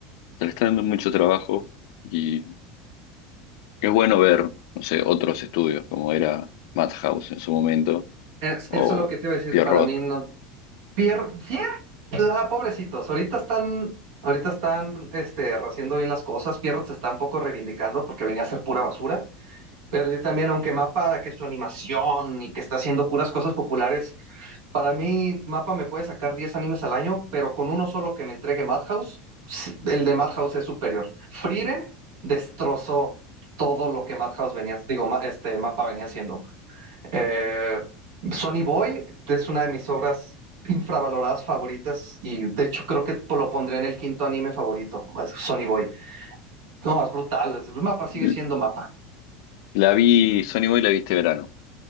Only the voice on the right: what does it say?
Es-
eso es lo que te iba a decir,
para mí no, Pier, Pier, ah, pobrecitos, ahorita están, ahorita están, este, haciendo bien las cosas, Pierrot se está un poco reivindicando porque venía a ser pura basura, Pero yo también, aunque Mapa, que su animación y que está haciendo puras cosas populares, para mí Mapa me puede sacar 10 animes al año, pero con uno solo que me entregue Madhouse, sí, el de Madhouse es superior. Frieren destrozó todo lo que Madhouse venía, digo, ma- este Mapa venía haciendo. Eh, Sonny Boy es una de mis obras infravaloradas favoritas y de hecho creo que lo pondré en el quinto anime favorito, es Sonny Boy. No, es brutal, es- Mapa sigue
siendo Mapa.